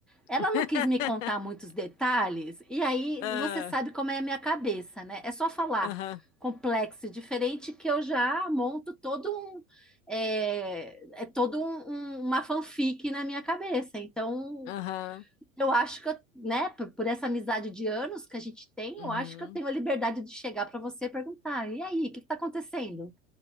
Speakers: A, on the left; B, in the centre.
A: <laughs>
B: Ela não quis me contar muitos detalhes, e aí
A: Ah,
B: você sabe como é a minha cabeça, né? É só falar
A: Aham,
B: complexo e diferente que eu já monto todo um, é, é todo um- um- uma fanfic na minha cabeça. Então,
A: aham.
B: eu acho que, eu, né, por, por essa amizade de anos que a gente tem,
A: uhum.
B: eu acho que eu tenho a liberdade de chegar para você e perguntar: e aí, o que está acontecendo?